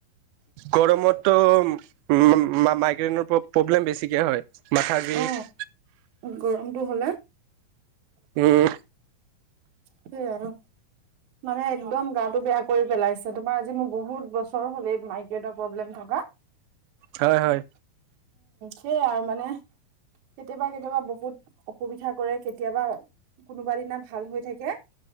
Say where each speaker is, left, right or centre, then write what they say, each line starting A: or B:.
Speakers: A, on the right; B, on the right.
A: গৰমতো উম। মাইগ্ৰেইনৰ প্ৰব্লেম বেছিকে হয় মাথাাৰ বিষ।
B: অ গৰমটো হলে
A: উম।
B: সেইয়াই ন। মানে একদম গাতো বেয়া কৰি পেলাইছে, তোমাৰ আজি মোৰ বহুত বছৰ হ'লে মাইক্ৰেৰ প্ৰব্লেম থকা। ক
A: হয় হয়।
B: সেইয় আৰু মানে কেতিয়াবা কেতিয়াবা বহুত অসুবিধা কৰে কেতিয়াবা। কোনোবা দিনা ভাল হৈ থাকে।